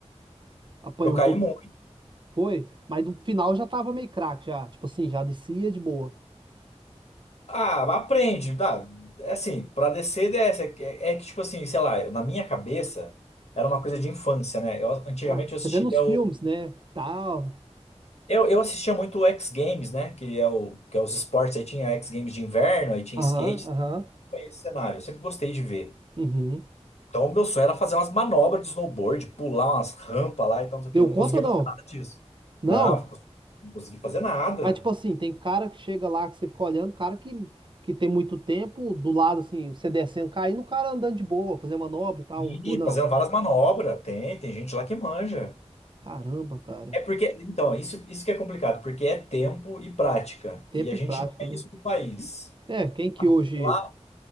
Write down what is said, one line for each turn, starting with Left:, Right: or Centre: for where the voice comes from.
Right: Apanhou
Left: Eu caí
Right: um pouco,
Left: muito.
Right: foi, mas no final já tava meio craque já, tipo assim, já descia de boa.
Left: Ah, aprende, dá. É assim, pra descer, desce. É, que é é que, tipo assim, sei lá, na minha cabeça, era uma coisa de infância, né? Eu, antigamente
Right: Ah,
Left: eu
Right: você
Left: assistia
Right: vê nos filmes,
Left: o.
Right: né? Tal.
Left: Eu, eu assistia muito o X Games, né? Que é, o, que é os esportes. Aí tinha X Games de inverno, aí tinha
Right: Aham,
Left: skate.
Right: aham.
Left: Foi esse cenário. Eu sempre gostei de ver.
Right: Uhum.
Left: Então, o meu sonho era fazer umas manobras de snowboard, pular umas rampas lá e tal, não sei o
Right: Deu
Left: quê. Eu não
Right: conta
Left: conseguia
Right: ou não?
Left: fazer nada disso.
Right: Não.
Left: Não, não consegui fazer nada.
Right: Mas tipo assim, tem cara que chega lá que você fica olhando, cara que que tem muito tempo do lado assim, você descendo, caindo, o cara andando de boa, fazendo manobra e tal,
Left: E
Right: ou não.
Left: fazendo várias manobras. Tem, tem gente lá que manja.
Right: Caramba, cara.
Left: É porque, então, isso, isso que é complicado, porque é tempo e prática.
Right: Tempo
Left: E a
Right: e
Left: gente
Right: prática,
Left: não tem
Right: né?
Left: isso no país.
Right: É, quem que hoje
Left: Lá,